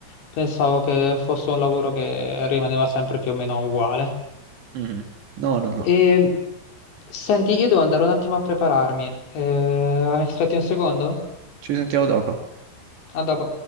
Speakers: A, on the left (about 70°); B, on the right (about 70°).
A: Pensavo che fosse un lavoro che rimaneva sempre più o meno uguale.
B: Mhm. No, no, no.
A: E... Senti, io devo andare un attimo a prepararmi. Eh, aspetti un secondo?
B: Ci sentiamo dopo.
A: A dopo.